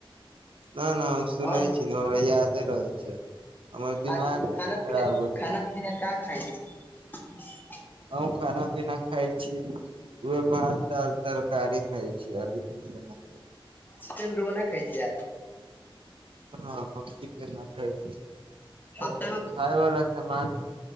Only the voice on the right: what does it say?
नय नय हम सुनै
छी न हमरा यादे रहै छै हमर दिमाग
तनि
खराब
हो जाइ
छै
अ खाना पीना खाय छीयै भात दाल तरकारी खाय छी आर कछो खा छय
हम चिकेन न खाय छी अ
खायवला सामान